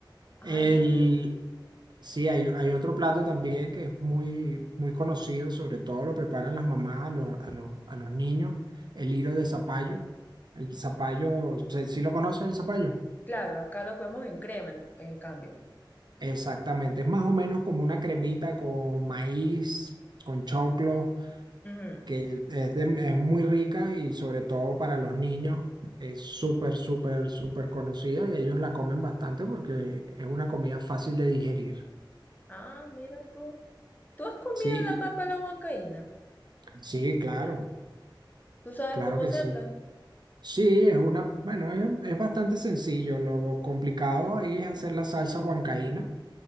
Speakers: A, on the left (about 20°); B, on the right (about 60°).
A: Ay,
B: El,
A: qué rico.
B: sí, hay, hay otro plato también que es muy, muy conocido, sobre todo lo preparan las mamás a los, a los, a los niños, el hilo de zapallo. El zapallo, ¿sí sí lo conoces el zapallo?
A: Claro, acá lo comemos en crema, en, en cambio.
B: Exactamente, es más o menos como una cremita con maíz, con choclo,
A: Ujú.
B: que es, de- es muy rica y sobre todo para los niños es súper, súper, súper conocida y ellos la comen bastante porque es una comida fácil de digerir.
A: Ah, mira tú. ¿Tú has comido
B: Sí,
A: la papa a la huancaína?
B: y- sí, claro.
A: ¿Tú sabes
B: Claro
A: cómo
B: que
A: hacerla?
B: sí. Sí, es una, bueno, es, es bastante sencillo. Lo complicado ahí es hacer la salsa huancaína,